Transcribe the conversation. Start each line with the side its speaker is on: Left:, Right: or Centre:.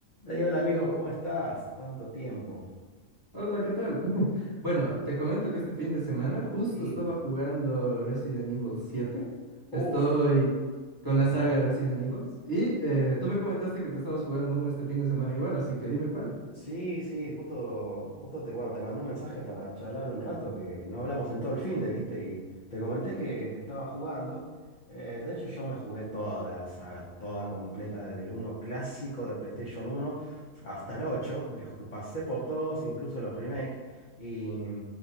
Left: Ey, hola amigo, ¿cómo estás? Tanto tiempo.
Right: Hola, ¿qué tal? <laughs> Bueno, te comento que este fin de semana justo
Left: Sí,
Right: estaba jugando Resident Evil 7.
Left: Uf.
Right: Estoy con
Left: sí,
Right: la saga de Resident Evil. Y eh, tú me comentaste que te estabas jugando uno este fin de semana igual, así que dime cuál.
Left: sí, sí, justo, justo te, bueno, te mandé un mensaje para charlar un rato, que no hablamos en todo el fin de, ¿viste? Y te comenté que, que estaba jugando. Eh, de hecho, yo me jugué toda la saga, toda completa, desde el uno clásico de PlayStation uno hasta el 8. Me ju- pasé por todos, incluso los remakes. Y